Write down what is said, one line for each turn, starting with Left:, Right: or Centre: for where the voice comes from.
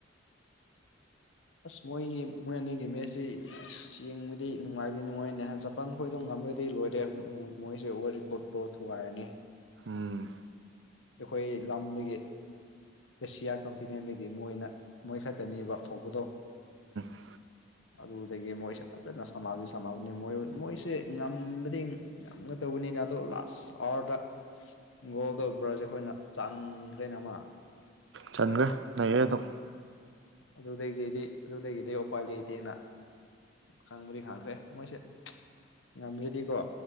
Right: <unintelligible>
Left: ꯑꯁ ꯃꯣꯏꯒꯤ ꯃꯣꯏ ꯑꯅꯤꯒꯤ ꯃꯦꯠꯁꯁꯤ ꯌꯦꯡꯕꯗꯤ ꯅꯨꯡꯉꯥꯏꯕꯗꯤ ꯅꯨꯡꯉꯥꯏꯔꯅꯤ ꯖꯄꯥꯟ ꯈꯣꯏꯗꯣ ꯉꯝꯃꯦ ꯈꯔꯗꯤ ꯂꯣꯏꯔꯦ ꯃꯣꯏꯁꯦ ꯑꯣꯔ ꯔꯦꯀꯣꯔꯠꯇꯣ ꯊꯨꯒꯥꯏꯔꯅꯤ
Right: ꯎꯝ
Left: ꯑꯩꯈꯣꯏ ꯂꯝꯗꯒꯤ ꯑꯦꯁꯤꯌꯥ ꯀꯟꯇꯤꯅꯦꯟꯗꯒꯤ ꯃꯣꯏꯅ ꯃꯣꯏꯈꯛꯇꯅꯦꯕ ꯊꯧꯕꯗꯣ
Right: ꯎꯝ
Left: ꯑꯗꯨꯗꯒꯤ ꯃꯣꯏꯁꯦ ꯐꯖꯅ ꯁꯥꯟꯅꯕꯗꯤ ꯁꯥꯟꯅꯕꯅꯤ ꯃꯣꯏ ꯃꯣꯏꯁꯦ ꯉꯝꯕꯗꯤ ꯉꯝꯒ ꯇꯧꯕꯅꯤ ꯑꯗꯨ ꯂꯥꯁ ꯑꯣꯔꯗ ꯒꯣꯜꯗꯣ ꯕ꯭ꯔꯥꯖꯤꯜ ꯑꯩꯈꯣꯏꯅ ꯆꯥꯟꯈ꯭ꯔꯦꯅ ꯑꯃ
Right: ꯆꯟꯈ꯭ꯔꯦ ꯂꯩꯔꯦ ꯑꯗꯨꯝ
Left: ꯑꯗꯨꯗꯒꯤꯗꯤ ꯑꯗꯨꯗꯒꯤꯗꯤ ꯎꯄꯥ ꯂꯩꯇꯦꯅ ꯈꯪꯕꯗꯤ ꯈꯪꯈ꯭ꯔꯦ ꯃꯣꯏꯁꯦ ꯉꯝ꯭ꯔꯗꯤꯀꯣ